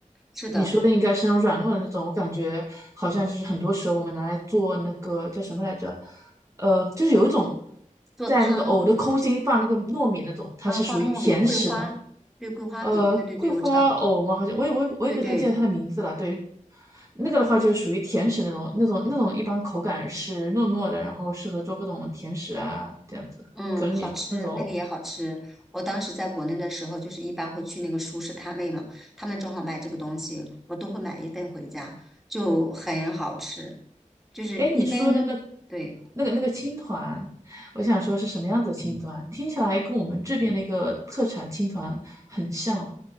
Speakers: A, in the centre; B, on the right.
A: 是的，
B: 你说的应该是那种软糯的那种，我感觉好像就是很多时候我们拿来做那个叫什么来着？呃，就是有一种
A: 做汤，
B: 在那个藕的空心放那个糯米那种，它是属于甜食的。
A: 然后放糯米、桂花，对，桂花米，
B: 呃，
A: 对对对，
B: 桂花藕吗？
A: 我知道，
B: 好像我也我也我也不太记得它的名字了。
A: 对对，
B: 对，那个的话就是属于甜食那种，那种那种一般口感是糯糯的，然后适合做各种甜食啊这样子
A: 嗯，好吃，
B: 那种藕。
A: 那个也好吃。我当时在国内的时候，就是一般会去那个熟食摊位嘛，他们正好卖这个东西，我都会买一份回家，就很好吃。就是一般，
B: 哎，你说的那
A: 对，
B: 那个那个青团，我想说是什么样子的青团？听起来跟我们这边的一个特产青团很像。